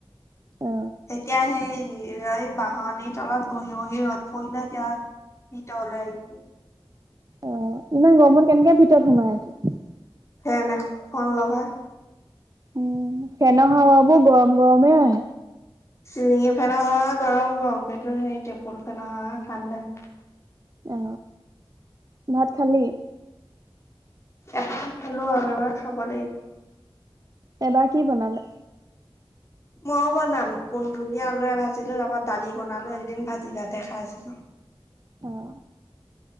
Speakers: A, on the right; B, on the left.
A: অ
B: এতিয়া সেই এ এই বাহনিৰ তলত বহি বহি ৰ'দ পৰিলে এতিয়া ভিতৰলে আহিছো
A: অ ইমান গৰমৰ কেনেকে ভিতৰত সোমাই আছে?
B: ফেন এখন লগাই
A: উম ফেন হাৱাবোৰ গৰম গৰমে আহে।
B: চিলিঙি ফেনৰ হাৱা গৰম গৰম কিন্তু সেই টেবুল ফেনৰ হাৱা ঠাণ্ডা।
A: অ ভাত খালি?
B: এবাৰ খালো আৰু এবাৰ খা'ব লাগিব।
A: এবাৰ কি বনালে?
B: মই বনালো কুন্দুলি আলুৱে ভাজিলো তাপা দালি বনালো একেদিন ভাজি ভাতে খাই আছিলো।
A: অহ।